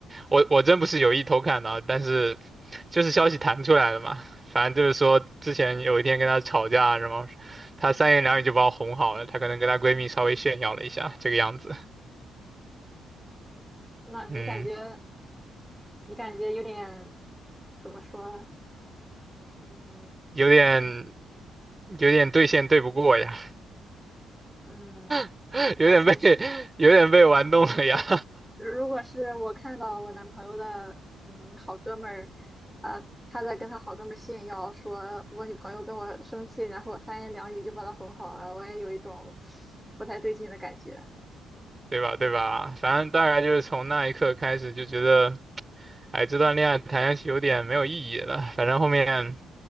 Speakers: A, on the right; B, in the centre.
A: 我我真不是有意偷看的啊，但是就是消息弹出来了嘛。反正就是说，之前有一天跟她吵架，然后她三言两语就把我哄好了。她可能跟她闺蜜稍微炫耀了一下，这个样子。
B: 那你感觉
A: 嗯，
B: 你感觉有点怎么说？嗯
A: 有点有点对线对不过呀，
B: 嗯，
A: <laughs>
B: 那确实，
A: 有点被有点被玩弄了呀，
B: 如如果是我看到我男朋友的嗯好哥们儿，啊、他在跟他好哥们儿炫耀说我女朋友跟我生气，然后我三言两语就把她哄好了，我也有一种不太对劲的感觉。
A: <laughs> 对吧？对吧？反正大概就是从那一刻开始就觉得。哎，这段恋爱谈下去有点没有意义了。反正后面